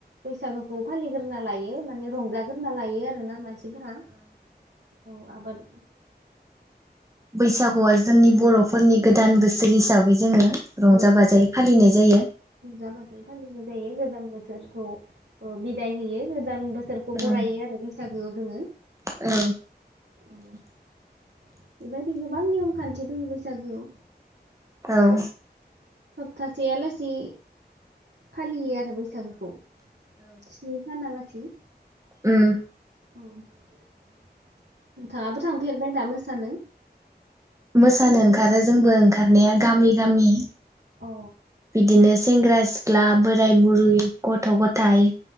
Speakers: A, on the right (about 80°); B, on the right (about 15°).
A: बैसागुखौ फालिग्रोना लायो माने रंजाग्रोना लायो आरोना मानसि फोरा औ आबाद
B: बैसागुआ जोंनि बर'फोरनि गोदान बोसोर हिसाबै जोङो रंजा
A: औ
B: बाजायै फालिनाय जायो।
A: रंजाबाथाय फालिनाय जायो गोजाम बोसोरखौ ओ बिदाय होयो गोदान बो सोरखौ
B: उम
A: बरायो आरो बैसागो जोङो
B: औ
A: औ बेबायदि गोबां नियम खान्थि दङ बैसागोआव।
B: औ
A: थासेयालासि फालियो आरो बैसागोखौ। स्नि सानहालासि
B: ओम
A: औ नोंथाङाबो थांफेरबाय दा मोसानो?
B: मोसानो ओंखारो जोंबो ओंखारनाया गामि-गामि
A: औ
B: बिदिनो सेंग्रा-सिख्ला बोराय बुरै गथ' गथाइ